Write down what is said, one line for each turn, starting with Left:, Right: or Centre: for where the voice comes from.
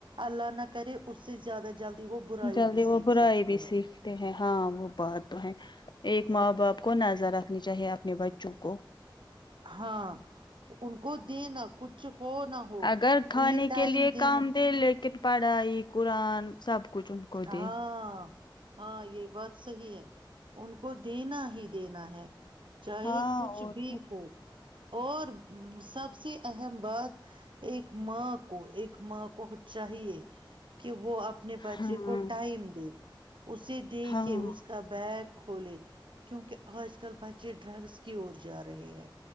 Right: اللہ نہ کرے اس سے زیادہ <unintelligible> برائی
Left: جلدی
Right: بھی سیکھ
Left: وہ برائی
Right: سکتے
Left: بھی
Right: ہیں
Left: سیکھتے ہیں ہاں وہ بات تو ہے ایک ماں باپ کو نظر رکھنی چاہیے اپنے بچوں کو
Right: ہاں ان کو دینا کچھ ہو نہ ہو
Left: اگر کھانے
Right: انہیں ٹائم
Left: کے لیے
Right: دینا
Left: کام دے لیکن پڑھائی قرآن سب <unintelligible>
Right: ہاں
Left: دے
Right: ہاں یہ بات صحی ہے ان کو دینا ہی دینا ہے چاہے
Left: ہاں
Right: کچھ
Left: اور
Right: بھی
Left: کیا
Right: ہو اور سب سب سے اہم بات ایک ماں کو ایک ماں کو چاہیے کہ وہ اپنے بچے
Left: ہاں
Right: کو کو ٹائم دے اسے دے
Left: ہاں
Right: کے اس کا بیگ کھولے کیونکہ آج کل بچے ڈرگس کی اور جا رہے ہیں